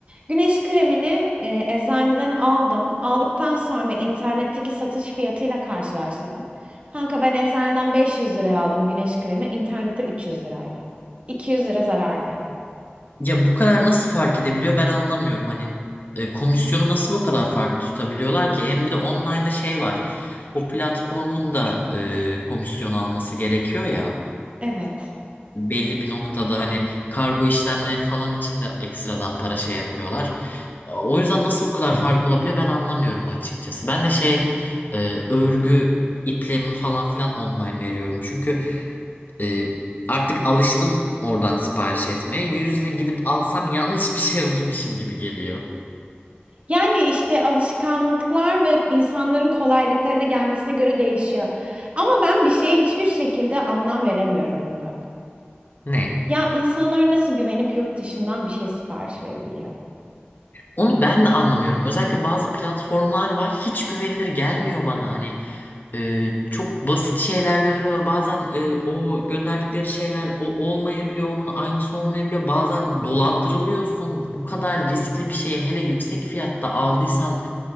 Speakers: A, on the right; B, on the left.
A: Güneş kremini e, eczaneden aldım. Aldıktan sonra da internetteki satış fiyatıyla karşılaştırdım. Kanka ben eczaneden 500 liraya aldım güneş kremi. İnternette 300 liraydı. 200 lira zarardayım.
B: Ya bu kadar nasıl fark edebiliyor ben anlamıyorum. Hani e, komisyonu nasıl bu kadar farklı tutabiliyorlar ki? Hem bir de online'da şey var. O platformun da e, komisyon alması gerekiyor ya.
A: Evet.
B: Belli bir noktada hani kargo işlemleri falan için de ekstradan para şey yapıyorlar. O yüzden nasıl bu kadar fark olabiliyor ben anlamıyorum açıkçası. Ben de şey e, örgü iplerimi falan filan online veriyorum. Çünkü ee, artık alıştım oradan sipariş etmeye. Yüzle gidip alsam yanlış bir şey alırmışım gibi geliyor.
A: Yani işte alışkanlıklar ve insanların kolaylıklarına gelmesine göre değişiyor. Ama ben bir şeye hiçbir şekilde anlam veremiyorum Burak.
B: Ne?
A: Ya insanlar nasıl güvenip yurt dışından bir şey sipariş verebiliyor?
B: Onu ben de anlamıyorum. Özellikle bazı platformlar var. Hiç güvenilir gelmiyor bana. Hani e, çok basit şeyler gönderiyorlar. Bazen e, o gönderdikleri şeyler o olmayabiliyor. Onun aynısı olmayabiliyor. Bazen dolandırılıyorsun. Bu kadar riskli bir şeyi hele yüksek fiyatta aldıysan